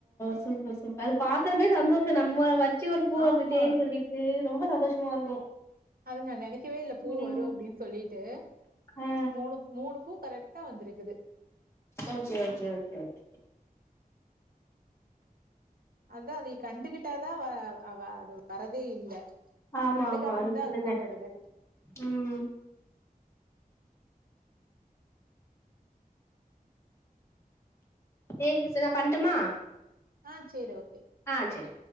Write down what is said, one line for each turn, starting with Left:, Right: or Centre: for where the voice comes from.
Left: சூப்பர் சூப்பர் அது பாக்குறமே சந்தோஷோ நம்ம வச்சு ஒரு பூ வந்துட்டேன்
Right: ஆமா
Left: சொல்லிட் டு ரொம்ப சந்தோஷமா இருக்கு
Right: அது நா நெனைக்கவே இல்ல பூ
Left: ம்
Right: வரு அப்டின் சொல்லிட்டு
Left: ஆ
Right: மூணு மூணு பூ கரெக்டா வந்திருக்குது
Left: ஓகே ஓகே ஓகே ஓகே
Right: அத அதை கண்டுகிட்டாதா அவ அவ அது வரதே இல்ல
Left: ஆமா
Right: கண்டகாம
Left: ஆமா அது
Right: இந்தா
Left: சொல்லுங்க
Right: அதெல்லா வருது
Left: ம் தேஜஸ் நா பண்ட்டுமா
Right: ஆ சேரி ஓகே
Left: ஆ சேரி